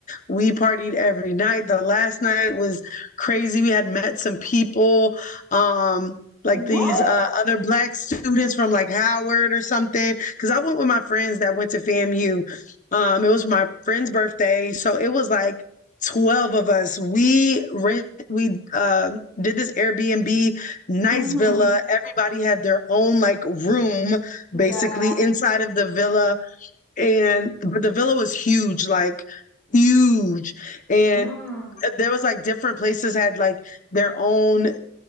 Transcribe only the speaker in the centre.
What?
Mm-hmm.
Yeah.
Mm.